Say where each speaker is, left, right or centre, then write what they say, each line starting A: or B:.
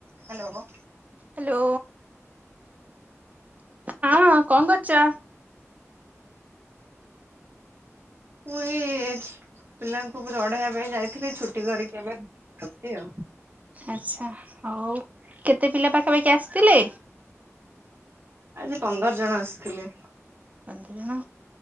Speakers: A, on the right; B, on the right.
A: Hello.
B: Hello. ହଁ କଣ କରୁଚ?
A: ମୁଁ ଏଇ ପିଲାଙ୍କୁ ପଢେଇବା ପାଇଁ ଯାଇଥିଲି ଛୁଟି କରିକି ଏବେ ଇ ଆଉ।
B: ଆଚ୍ଛା ହଉ କେତେ ପିଲା ପାଖାପାଖି ଆସିଥିଲେ?
A: ଆଜି ପନ୍ଦର ଜଣ ଆସିଥିଲେ।
B: ପନ୍ଦର ଜଣ